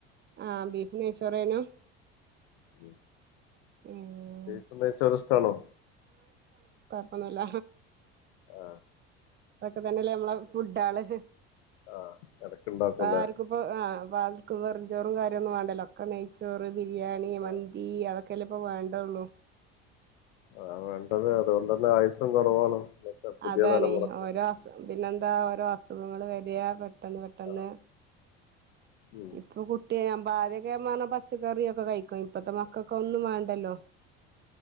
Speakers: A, on the right; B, on the left.
A: ആ ബീഫ് നയ്ച്ചോറേനോ
B: ഉം
A: ഉം
B: ബീഫ് നെയ്‌ച്ചോർ ഇഷ്ടണോ
A: ഒന്നല്ല
B: ആ
A: അതൊക്കെ തന്നെല്ലേ നമ്മള ഫുഡ ആള്
B: ആഹ് എടക്കുണ്ടാക്കുംല്ലേ
A: ആർക്കും ഇപ്പ ആ- ഇപ്പ ആർക്കും വെറും ചോറും കാര്യന്നും വേണ്ടല്ലോ ഒക്കെ നെയ്ച്ചോറ് ബിരിയാണി മന്തി
B: ആഹ്
A: അതൊക്കെല്ലാം ഇപ്പ വേണ്ടള്ളൂ ള്ളൂ
B: ആ വേണ്ടത് അതുകൊണ്ട തന്നെ ആയുസ കുറവാണ് ഇന്നത്തെ പുതിയ
A: അതണേ
B: തലമുറക്ക്
A: ഓരോ അസു പിന്നെന്താ ഓരോ അസുഖങ്ങള്ൾ വരിക പെട്ടെന്ന് പെട്ടെന്ന്
B: ആഹ് ഉം
A: ഇപ്പൊ കുട്ടിയ ഞാൻ ബാദ്യക്കെ പറഞ്ഞ പച്ചക്കറിയ ഒക്കെ കഴിക്കും ഇപ്പത്തെ മക്കൾക്കെ ഒന്നും വേണ്ടല്ലോ